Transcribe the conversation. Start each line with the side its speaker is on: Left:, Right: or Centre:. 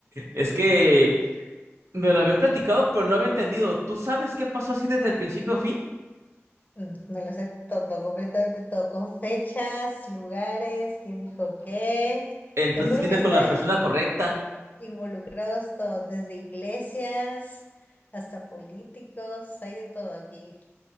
Right: Es que me lo habían platicado, pero no había entendido. ¿Tú sabes qué pasó así desde el principio, a fin?
Left: Mm, Me lo sé todo, completamente todo, con fechas, lugares, quién dijo qué.
Right: Entonces
Left: Te juro
Right: viene
Left: que están
Right: con la persona correcta.
Left: involucrados todos, desde iglesias hasta políticos, hay de todo aquí.